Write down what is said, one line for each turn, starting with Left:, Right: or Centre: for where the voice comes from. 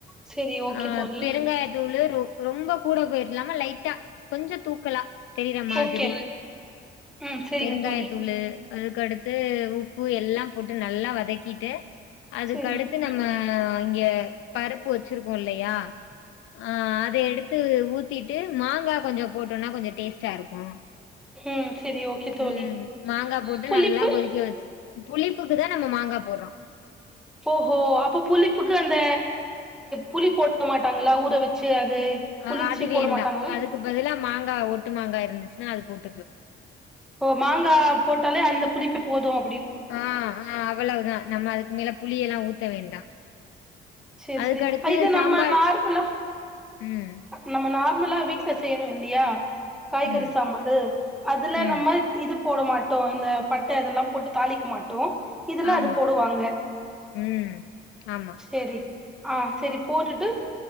Centre: செரி ஓகே
Left: ஆ
Centre: தோழி
Left: பெருங்காயத்தூள் ர ரொம்ப கூட போயிடலாம லைட்டா கொஞ்சம் தூக்கலா தெரியற மாதிரி
Centre: ஓகே ம் செரிங்க
Left: பெருங்காயத்தூலு
Centre: தோழி
Left: அதுக்கடுத்து உப்பு எல்லாம் போட்டு நல்லா வதக்கிட்டு அதுக்குடுத்து
Centre: செரிங்க
Left: நம்ம இங்க பருப்பு வச்சிருக்கோம் இல்லையா ஆ அதை எடுத்து ஊத்திட்டு மாங்கா கொஞ்சம் போட்டோம்னா கொஞ்சம் டேஸ்டா இருக்கு
Centre: ம் செரி ஓகே தோழி
Left: ம் மாங்காய் போட்டு
Centre: புளிப்பு
Left: நல்லா கொதிக்க வச்சு புளி ப்புக்கு தான் நம்ம மாங்கா போட்றோ
Centre: ஓஹோ அப்ப புளிப்புக்கு அந்த புளி போட்ட மாட்டாங்களா ஊற வச்சு அது
Left: அ
Centre: புளிச்சு
Left: அது
Centre: போட
Left: வேண்டா
Centre: மாட்டாங்களா
Left: அதுக்கு பதிலா மாங்காய ஓட்டு மாங்கா இருந்துச்சுன்னா அது போட்டு
Centre: ஓ மாங்கா போட்டாலே அந்த புளிப்ப போதும்
Left: ஆ ஆ அவ்வளவுதான் நம்ம அதுக்கு மேல புளிய எல்லாம் ஊத்த வேண்டா
Centre: சரி
Left: அதுக்கடுத்து
Centre: சரி இது
Left: சாம்பார்
Centre: நம்ம நார்மலா
Left: ம்
Centre: நம்ம நார் நார்மலா வீட்ல செய்ரோ இல்லையா காய்கறி
Left: ம்
Centre: சாம்பார்ரூ அதுல
Left: ம்
Centre: நம்ம இது போட மாட்டோம் இந்த பட்டை இதெல்லாம் போட்டு தாளிக்க மாட்டோ இதுல்ல
Left: ஆமா
Centre: அது போடுவாங்க
Left: ம் ஆமா
Centre: சரி ஆ சரி போட்டுட்டு